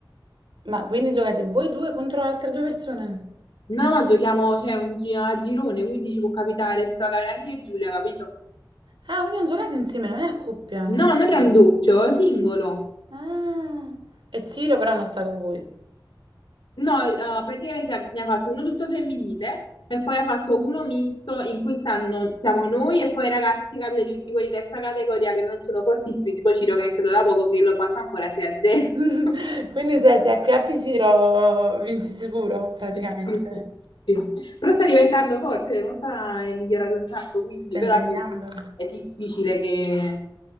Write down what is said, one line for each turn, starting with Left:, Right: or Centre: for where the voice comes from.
Right: Ma quindi giocate voi due contro altre due persone?
Left: No, no, giochiamo, cioè, un gi- a girone, quindi ci può capitare, poteva capitare anche a Giulia, capito?
Right: Ah, quindi non giocate insieme, non è a coppia.
Left: No, non è un doppio, è singolo.
Right: Ah. E Ciro però non sta con voi.
Left: No, eh, praticamente ne ha fatto uno tutto femminile e poi ha fatto uno misto in cui stanno, siamo noi e poi i ragazzi, capito, di, di quelli di terza categoria che non sono fortissimi, tipo Ciro che è iniziato da poco, che lo batto ancora 6-0.
Right: <laughs>
Left: <laughs>
Right: Quindi se se acchiappi Ciro vinci sicuro, praticamente.
Left: Sì, sì, sì, sì. Però sta diventando forte, cioè, mo sta è migliorato un sacco, quindi
Right: Si sta
Left: però
Right: impegnando.
Left: boh, è difficile che...